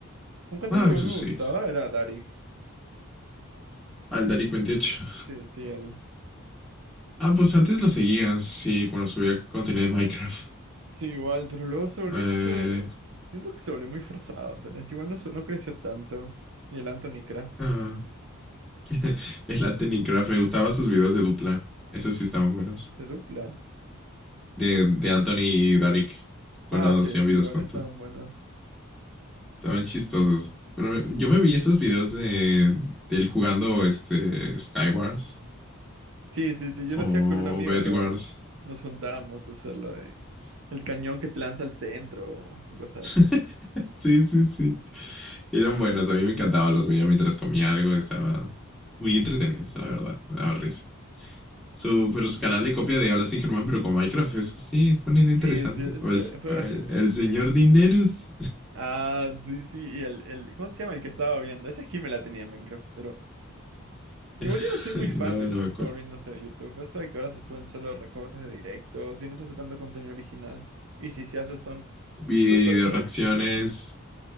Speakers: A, on the right (about 65°); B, in the centre.
A: Un canal
B: Ah,
A: que igual
B: eso
A: me
B: sí.
A: gustaba era Darik.
B: Aldaric 28.
A: Sí, sí, él.
B: Ah, pues antes lo seguían, sí, cuando subía contenido de Minecraft.
A: Sí, igual, pero luego se volvió
B: Eh,
A: este. Siento que se volvió muy forzado, tal vez. Igual no, su- no creció tanto. Y el Anthony Cra,
B: ah, <laughs> el Anthony Craft, me gustaban sus videos de dupla. Esos sí estaban buenos.
A: de dupla.
B: De, de Anthony y Darik, cuando
A: Ah, sí,
B: hacían
A: sí,
B: videos
A: igual
B: juntos.
A: estaban buenos.
B: Estaban chistosos. Pero me- yo me veía esos videos de, de él jugando este Skywars
A: Sí, sí, sí, yo
B: o
A: lo hacía con un amigo,
B: Bedwars
A: luego. Nos juntábamos a hacerlo de. El cañón que te lanza al centro, o cosas
B: <laughs>
A: así.
B: sí, sí, sí. Eran buenos. A mí me encantaba. Los veía mientras comía algo. Estaba muy entretenidos, la verdad. Me daba risa. Su, pero su canal de copia de Hola, sí, Germán, pero con Minecraft. Eso sí, fue una idea interesante.
A: Sí, sí, es-
B: O el,
A: fue, fue
B: o
A: gracioso.
B: el, el señor Dineros.
A: Ah, sí, sí, y el, el. ¿Cómo se llama el que estaba viendo? Esa skin me la tenía en Minecraft, pero. Igual
B: <laughs>
A: yo no soy muy fan
B: no,
A: de
B: no
A: cómo
B: me acuerdo.
A: está volviéndose a YouTube. Eso de que ahora se suben solo recortes de directos y no se hace tanto contenido original. Y si se hace son
B: Video
A: super producciones.
B: reacciones